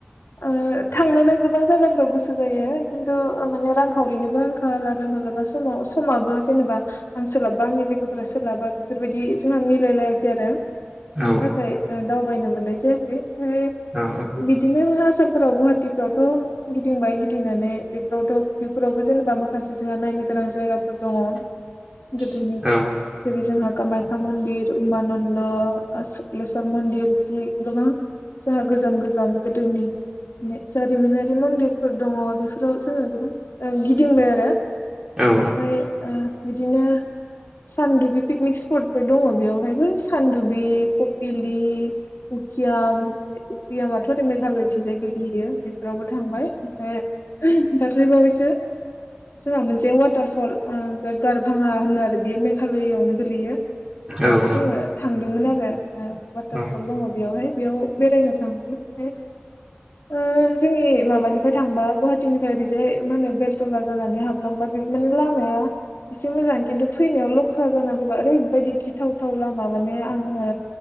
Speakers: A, on the left; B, on the right.
A: ओ थांनोलाय गोबां जायगाफोराव गोसो जायो खिन्थु माने रांखावरिनिबो आंखाल आरो मालाबा समाव समाबो जेनेबा आं सोलाबा आंनि लोगोफोरा सोलाबा बेफोरबायदि जोंहा मिलायलायै आरो बिनि
B: औ
A: थाखाय दावबायनो मोननाय जायाखै ओमफ्राय
B: औ
A: बिदिनो आसामफ्राव गुवाहाटिफ्रावथ' गिदिंबाय गिदिंनानै बेफोरावथ' बेफोरावबो जेनेबा माखासे जोंहा नायनो गोनां जायगाफोर दङ
B: <inaudible>
A: गोदोनि
B: औ
A: जेरै जोंहा कामाख्या मन्दिर उमानन्द, सुक्लेस्वर मन्दिर जि गोबां जाहा गोजाम गोजाम गोदोनि जारिमिनारि मन्दिरफोर दङ बेफोराव जोङो गोबां गिदिंबाय आरो
B: औ
A: बेनिफ्राय ओ बिदिनो सानदुबि पिकनिक स्पटफोर दङ बेयाव बमहायबो सानदुबि कपिलि उकियाम गैयामाथ' ओरै मेघालयथिंजाय गोग्लैयो बेफोरावबो थांबाय ओमफ्राय दाख्लैबावैसो जोंहा मोनसे वाटारफल जाय गारभाङा होनो आरो बेयो मेघालयावनो गोलैयो बेयावबो
B: औ औ
A: जोङो थांदोंमोन आरो वाटारफल
B: औ
A: दङ बेयावहाय बेयाव बेरायनो थादोंमोन ओमफाय ओ जोंनि माबानिफ्राय थांबा गुवाहाटिनिफ्राय ओरैजाय मा होनो बेलथला जानानै हाबलांबा बे माने लामाया एसे मोजां खिन्थु फैनायाव लख्रा जाना फैबा ओरैबायदि गिथावथाव लामा माने आङो